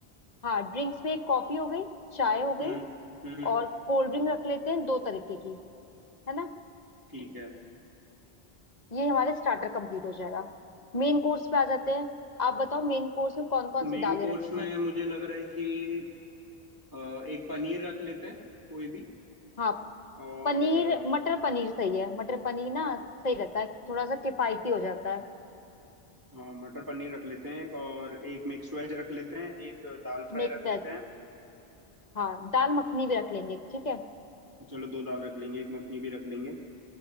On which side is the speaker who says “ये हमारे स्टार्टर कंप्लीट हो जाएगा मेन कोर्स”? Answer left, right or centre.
Left